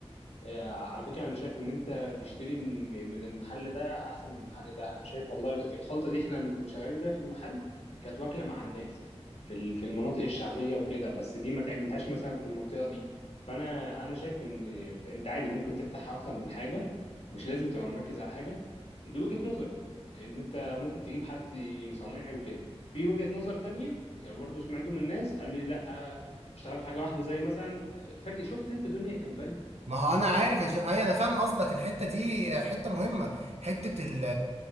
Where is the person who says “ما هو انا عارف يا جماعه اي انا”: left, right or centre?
Right